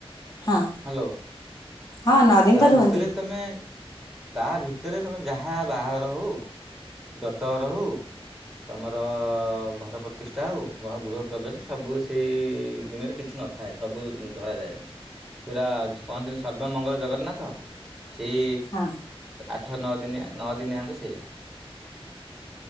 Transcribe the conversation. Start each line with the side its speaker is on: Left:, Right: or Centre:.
Left: ହଁ
Centre: ହ୍ୟାଲୋ
Left: ହଁ ନଅ ଦିନ
Centre: ତା
Left: ତ ରୁହନ୍ତି।
Centre: ଭିତରେ ତମେ ତା ଭିତରେ ତମେ ଯାହା ବାହାଘର ହଉ ବ୍ରତଘର ହଉ। ତମର ଘରଅ ପ୍ରତିଷ୍ଠା ଆଉ ଗୃହ ପ୍ରବେଶ ସବୁ ସେଇ ଦିନରେ କିଛି କିଛି ନଥାଏ ସବୁ ଧର ଯାଏନି ପୁରା କହନ୍ତିନ ସର୍ବମଙ୍ଗଳ ଜଗନ୍ନାଥ ସେଇ
Left: ହଁ
Centre: ଆଠ ନଅ ଦିନିଆ ନଅ ଦିନିଆଙ୍କ ସେଇଆା